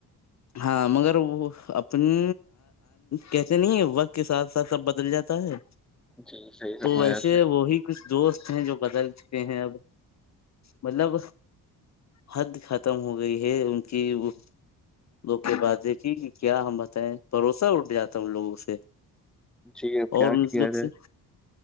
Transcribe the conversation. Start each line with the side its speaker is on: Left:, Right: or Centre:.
Left: ہاں مگر وہ اپنی کہتے نہیں وقت کے ساتھ ا سب بدل جاتا ہے
Centre: جی صحیح
Left: تو
Centre: فرمایا
Left: ویسے
Centre: آپ نے
Left: وہی کچھ دوست ہیں جو بدل چکے ہیں اب مطلب حد ختم ہو گئی ہے ان کی وہ ل کہ باتیکھی کہ کیا ہم بتائیں بھروسہ اٹھ جاتا ہے ان لوگوں سے
Centre: جی اب کیا
Left: اور ان
Centre: کیا
Left: لوگ
Centre: رہ
Left: سے
Centre: ہے